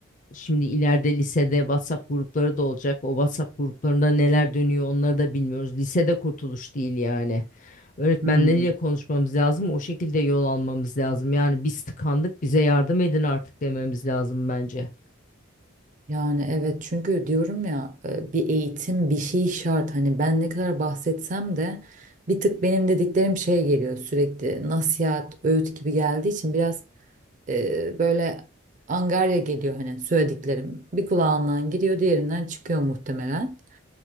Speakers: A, on the left; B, on the right.
A: şimdi ileride lisede WhatsApp grupları da olacak. O WhatsApp gruplarında neler dönüyor onları da bilmiyoruz. Lisede kurtuluş değil yani. Öğretmenleriyle
B: Hmm.
A: konuşmamız lazım. O şekilde yol almamız lazım. Yani biz tıkandık, bize yardım edin artık dememiz lazım bence.
B: Yani evet çünkü diyorum ya e, bir eğitim bir şey şart hani ben ne kadar bahsetsem de bir tık benim dediklerim şey geliyor sürekli nasihat öğüt gibi geldiği için biraz e, böyle angarya geliyor hani söylediklerim bir kulağından giriyor diğerinden çıkıyor muhtemelen.